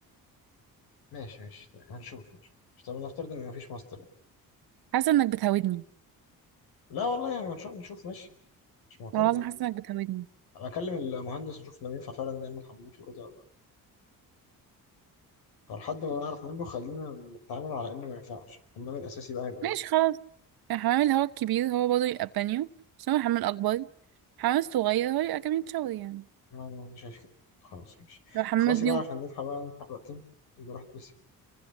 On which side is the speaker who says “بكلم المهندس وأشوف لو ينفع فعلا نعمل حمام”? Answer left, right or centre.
Left